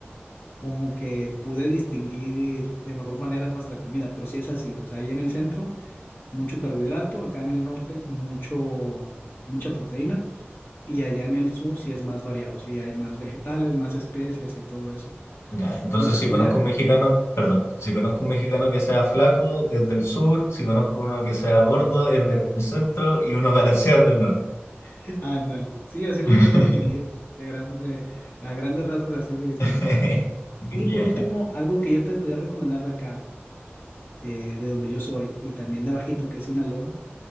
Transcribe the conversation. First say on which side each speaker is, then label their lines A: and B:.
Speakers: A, on the left; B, on the left.
A: como que pude distinguir de mejor manera nuestra comida, pero sí es así, o sea, ahí en el centro mucho carbohidrato, acá en el norte mucho mucha proteína y allá en el sur sí es más variado, sí hay más vegetales, más especias y todo eso.
B: Ya, entonces
A: Yo te
B: si
A: podría
B: conozco
A: re-
B: un mexicano, perdón, si conozco un mexicano que sea flaco, es del sur, si conozco uno que sea gordo, es del centro y uno <laughs> balanceado es del norte.
A: <laughs> ándale, sí, así
B: <laughs>
A: los puedes distinguir. De gran, de- a grandes rasgos así de distinguir.
B: <laughs>
A: Y
B: Ya,
A: por último,
B: ya.
A: algo que yo te podría recomendar de acá, eh, de donde yo soy, y también de abajito, que es Sinaloa,